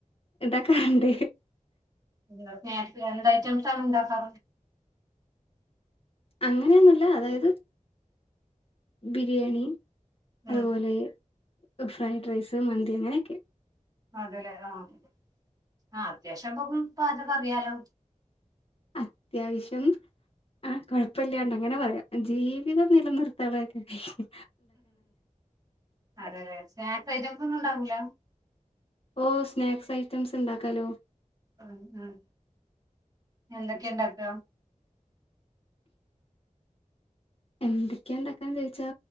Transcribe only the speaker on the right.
അഹ് നേരത്തെ എന്ത ഐറ്റംസാ ഇണ്ടാക്കാ
ഉം
അതല്ലെ ആഹ് ആഹ് അത്യാവശ്യം ഇന്ന ഇപ്പ പാചകറിയാലോ
അതെ അതെ സ്നാക്സ് ഐറ്റംസ് ഒന്നും ഉണ്ടാക്കുല
ഉം ഉം എന്തൊക്കെണ്ടാക്ക